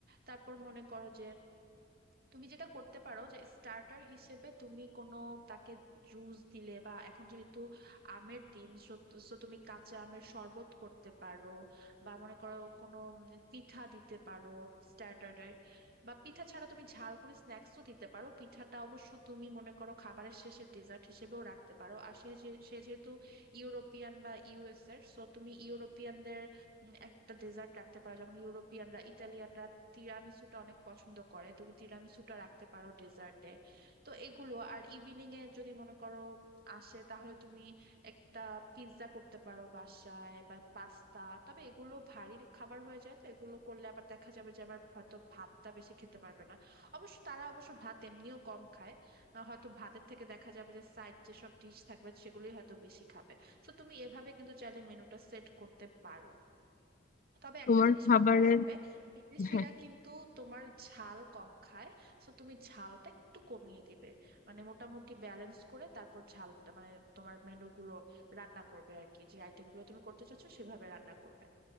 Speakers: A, on the right; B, on the left.
A: তারপর মনে করো যে তুমি যেটা করতে পারো যে স্টার্টার হিসেবে তুমি কোনো তাকে জুস দিলে বা এখন যেহেতু আমের দিন সো তুমি কাঁচা আমের শরবত করতে পারো বা মনে করো কোনো উম পিঠা দিতে পারো স্টার্টারে বা পিঠা ছাড়া তুমি ঝাল কোনো স্ন্যাক্সও দিতে পারো পিঠাটা অবশ্য তুমি মনে করো খাবারের শেষে ডেজার্ট হিসেবেও রাখতে পারো আর সে যে- সে যেহেতু ইউরোপিয়ান বা ইউএস এর সো তুমি ইউরোপিয়ানদের উম, একটা ডেজার্ট রাখতে পারো যেমন ইউরোপিয়ানরা ইটালিয়ানরা তিরামিসুটা অনেক পছন্দ করে তুমি তিরামিসুটা রাখতে পারো ডেজার্টে তো এগুলো আর ইভিনিং এ যদি মনে করো আসে তাহলে তুমি একটা পিৎজা করতে পারো বাসায় বা পাস্তা তবে এগুলো ভারী খাবার হয়ে যায় তো এগুলো করলে আবার দেখা যাবে যে আবার হয়তো ভাতটা বেশি খেতে পারবে না অবশ্য তারা অবশ্য ভাত এমনিও কম খায় আহ হয়তো ভাতের থেকে দেখা যাবে যে সাইড যেসব ডিশ থাকবে সেগুলোই হয়তো বেশি খাবে তো তুমি এভাবে কিন্তু চাইলে মেনুটা সেট করতে পারো তবে
B: তোমার
A: একটা জিনিস
B: খাবারের
A: মাথায় রাখবে বিদেশিরা
B: হ্যাঁ
A: কিন্তু তোমার ঝাল কম খায় তো তুমি ঝালটা একটু কমিয়ে দিবে মানে মোটামুটি ব্যালেন্স করে তারপর ঝালটা মানে তোমার মেনুগুলো রান্না করবে আর কি যে আইটেমগুলো তুমি করতে চাচ্ছো সেভাবে রান্না করবে